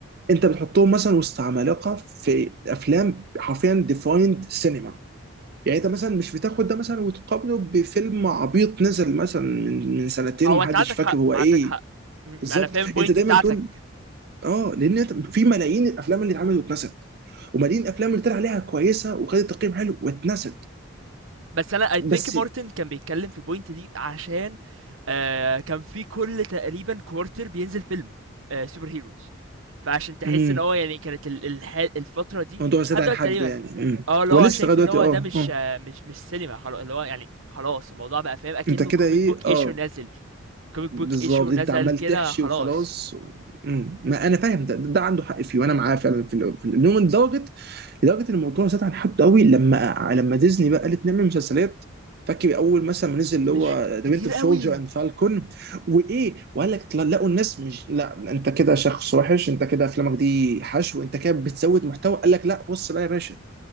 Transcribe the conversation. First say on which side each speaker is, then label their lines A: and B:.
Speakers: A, on the right; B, on the right.
A: انت بتحطهم مثلا وسط عمالقه في افلام حرفيا ديفايند سينما يعني انت مثلا مش بتاخد ده مثلا وتقابله بفيلم عبيط نزل مثلا من من سنتين
B: هو
A: ومحدش
B: انت عندك
A: فاكر
B: حق
A: هو
B: ما
A: ايه
B: عندك حق م- م-
A: بالظبط
B: انا فاهم البوينت
A: انت دايما
B: بتاعتك
A: تقول اه لان أنت- في ملايين الافلام اللي اتعملت واتنست وملايين الافلام اللي طلع عليها كويسه وخدت تقييم حلو واتنست
B: بس انا اي ثينك
A: بس
B: مارتن كان بيتكلم في البوينت دي عشان آه كان في كل تقريبا كوارتر بينزل فيلم آه سوبر هيروز فعشان تحس
A: امم
B: ان هو يعني كانت ال- الح- الفتره دي
A: الموضوع زاد
B: لحد
A: عن
B: دلوقتي
A: حده
B: تقريبا
A: يعني امم
B: اه اللي
A: هو
B: هو
A: لسه
B: شايف
A: لغايه دلوقتي
B: ان هو
A: اه
B: ده مش
A: اه
B: آه مش مش سينما خلاص اللي هو يعني خلاص الموضوع بقى فاهم اكنه
A: انت كده
B: كوميك
A: ايه
B: بوك ايشو
A: اه
B: نزل كوميك
A: بالظبط
B: بوك ايشو
A: انت
B: نزل
A: عمال
B: كده
A: تحشي
B: خلاص
A: وخلاص مم. ما انا فاهم
B: م-
A: ده ده عنده حق فيه وانا معاه فعلا في ال- في اليوم لدرجه لدرجه ان الموضوع زاد عن حد قوي لما لما ديزني بقى قالت نعمل مسلسلات فاكر اول مثلا ما نزل اللي
B: مش
A: هو
B: ك- كتير
A: ذا وينتر شولجر
B: قوي
A: اند فالكون وايه وقال لك لا- لقوا الناس مش لا انت كده شخص وحش انت كده افلامك دي حشو انت كده بتزود محتوى قال لك لا بص بقى يا باشا